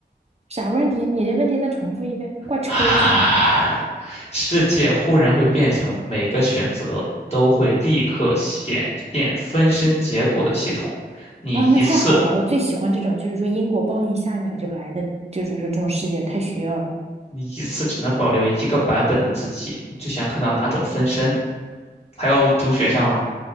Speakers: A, on the right (about 35°); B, on the left (about 35°).
A: 啥问题？你这问题再重复一遍，怪抽象的
B: 啊，世界忽然会变成每个选择都会立刻显现分身结果的系统，你一次。
A: 啊！那太好了，我最喜欢这种，就是说因果报应下一秒就来的，就是说这种世界太需要了。
B: 你一次只能保留一个版本的自己，你最想看到哪种分身？还要读选项吗